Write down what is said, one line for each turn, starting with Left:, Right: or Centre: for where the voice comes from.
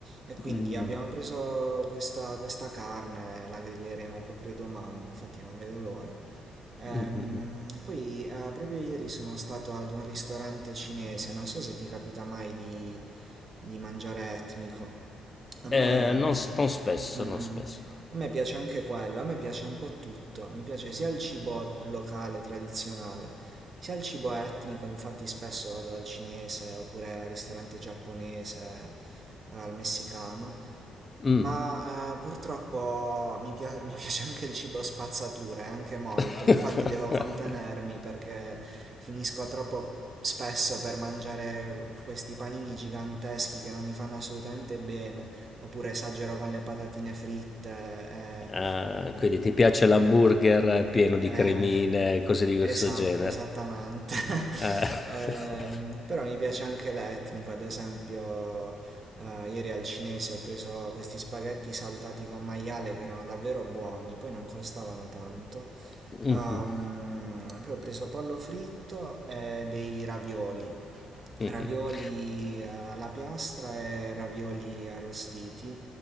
Right: E quindi
Left: Mh.
Right: abbiamo preso questa, questa carne, la griglieremo proprio domani, infatti non vedo l'ora. Ehm,
Left: Mh, mh, mh.
Right: poi eh, proprio ieri sono stato ad un ristorante cinese, non so se ti capita mai di, di mangiare etnico. A me,
Left: Ehm,
Right: mm,
Left: non s non spesso,
Right: mm,
Left: non
Right: mm,
Left: spesso.
Right: a me piace anche quello, a me piace un po' tutto, mi piace sia il cibo locale, tradizionale, sia il cibo etnico, infatti spesso vado al cinese oppure al ristorante giapponese, al messicano.
Left: Mh.
Right: Ma eh, purtroppo mi pia- mi piace anche il cibo spazzatura, e anche molto,
Left: <laughs>
Right: infatti devo contenermi perché finisco troppo spesso per mangiare questi panini giganteschi che non mi fanno assolutamente bene, oppure esagero con le patatine fritte. eh,
Left: Ah, quindi ti piace l'hamburger pieno di
Right: eh,
Left: cremine, cose di questo
Right: Esatto,
Left: genere.
Right: esattamente. <laughs>
Left: Ah.
Right: Ehm,
Left: <laughs>
Right: però mi piace anche l'etnico, ad esempio, eh, ieri al cinese ho preso questi spaghetti saltati con maiale che erano davvero buoni, poi non costavano tanto.
Left: Mhm,
Right: Ehm, poi ho preso pollo fritto e dei ravioli.
Left: mhm.
Right: Ravioli eh, alla piastra e ravioli arrostiti,